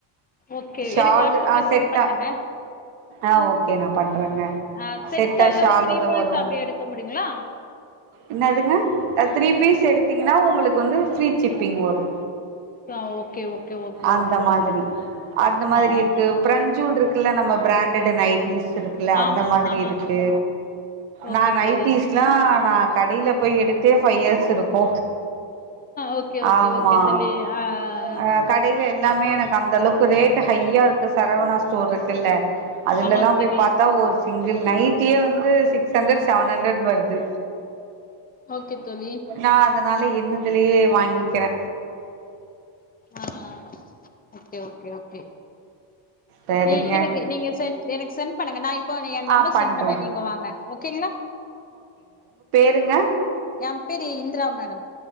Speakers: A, on the left; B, on the right.
A: ஓகே
B: ஷால்
A: எனக்கு வாட்ஸ்அப்ல
B: ஆ செட்டா
A: சென்ட் பண்ணுங்க
B: ஆ ஓகே நான் பண்றேங்க
A: ஆ செட்டால்ல
B: செட்டா ஷாலோட
A: ஒரு த்ரீ பீஸ்
B: வரும்
A: அப்டி எடுக்க முடியுங்களா
B: என்னதுங்க த்ரீ பீஸ் எடுத்தீங்கன்னா உங்களுக்கு வந்து ஃரீ சிப்பிங் வரும்
A: ஆ ஓகே ஓகே ஓகே
B: அந்த
A: ஓகே தோழி
B: மாதிரி அந்த மாதிரி
A: ஆ ஓ-
B: இருக்கு பிரஞ்சூல் இருக்கு நம்ம பிராண்டட நைடிிஸ் இருக்குல்ல
A: ஆமா
B: அந்த மாதிரி
A: ஆமா
B: இருக்கு
A: ஓகே
B: நான் நைடிிஸ்லாம்
A: தோழி
B: நான் கடையில போய் எடுத்தே ஃபைவ் இயர்ஸ் இருக்கு
A: ஓகே ஓகே
B: ஆமா
A: ஓகே தோழி ஆ ஆ
B: அ கடையில எல்லாமே எனக்கு அந்த அளவுக்கு ரேட் ஹையா இருக்கு சரவணா ஸ்டோர் இருக்குல்ல அதுலல்லா
A: ஆமாங்க தோழி
B: போய் பாத்தா ஒரு சிங்கிள் நைட்டியே வந்து சிக்ஸ் ஹண்ட்ரட் செவன் ஹண்ட்ரட் வருது
A: ஓகே தோழி
B: நா அதனால என்னதுலயே வாங்கிக்கிறே
A: ஆ ஆ ஓகே ஓகே ஓகே
B: சரிங்க
A: ஏ எனக்கு நீங்க சென் எனக்கு சென் பண்ணுங்க நான் இப்போ என் நம்பர்
B: ஆ பண்றே
A: சென்ட் பண்ண நீங்க வாங்க ஓகேங்களா
B: இருங்க
A: என் பேரு இந்திரா மேடம்